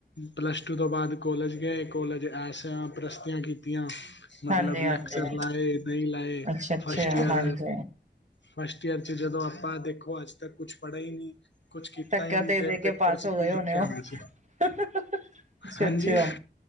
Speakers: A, on the left; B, on the right.
A: ਪਲੱਸ ਟੂ ਤੋਂ ਬਾਅਦ ਕੋਲਜ ਗਏ, ਕੋਲਜ ਐਸ ਪ੍ਰਸਤੀਆਂ ਕੀਤੀਆਂ। ਮਤਲਬ
B: ਹਾਂਜੀ
A: ਲੈਕਚਰ
B: ਹਾਂਜੀ
A: ਲਾਏ, ਨਹੀਂ ਲਾਏ,
B: ਅੱਛਾ ਅੱਛਾ
A: ਫਸਟ ਈਅਰ
B: ਹਾਂਜੀ
A: ਫਸਟ ਈਅਰ ਚ ਜਦੋਂ ਆਪਾਂ 'ਦੇਖੋ ਅੱਜ ਤੱਕ ਕੁੱਛ ਪੜੇ ਹੀ ਨਹੀਂ। ਕੁਛ ਕੀਤਾ
B: ਧੱਕਾ
A: ਹੀ ਨਹੀਂ
B: ਦੇ
A: ਤੇ
B: ਦੇ ਕੇ
A: ਪੇਪਰ
B: ਪਾਸ
A: ਚ
B: ਓ ਗਏ
A: ਕੀ
B: ਓਣੇ
A: ਲਿਖ ਕੇ
B: ਓ।
A: ਆਣਾ ਸੀ
B: ਅੱਛਾ-ਅੱਛਾ,
A: ਹਾਂਜੀ